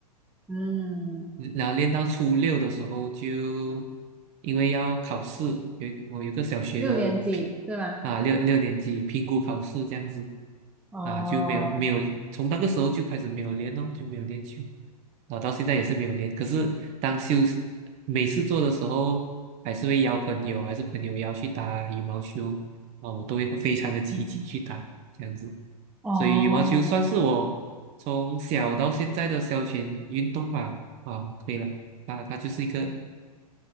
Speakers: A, in the centre; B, on the right.
A: 嗯，
B: 然后练到初六的时候就，因为要考试，有一个我有个小学的评
A: 六年级是吗？
B: 啊六六年级评估考试这样子
A: 哦
B: 啊就没有没有从那个时候就开始没有练咯，就没有练球，然后到现在也是没有练。可是当休息每次做的时候，还是会邀朋友，还是朋友邀去打羽毛球啊，我都会非常的积极去打这样子。
A: 哦，
B: 所以羽毛球算是我从小到现在的消遣运动吧。啊，可以了，啊，它就是一个